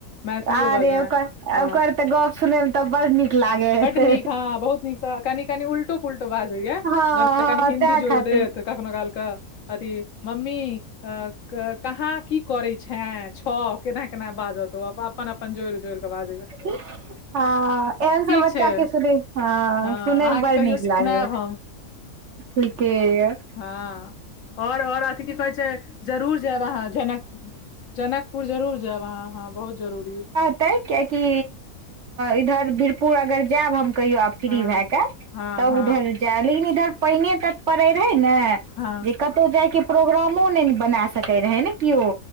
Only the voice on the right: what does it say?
आरे
ओकर
ओकर तऽ गप सुनैमे तऽ ब नीक लागे हेतै
हँ
हँ
त
खातिर
<inaudible> हँ एहन सब बच्चा
के सु ह
सुनै
मे बड़
नीक
लागे
ठीके यऽ
कियाकि इधर वीरपुर अगर जायब हम कहियो फ्री
भए का
तब
उधर दिल्ली इधर पैनीए तत पे रहे ने
जे कतौ जाय के प्रोग्राम ओऽ ने बना स सकै रहै ने कि ओ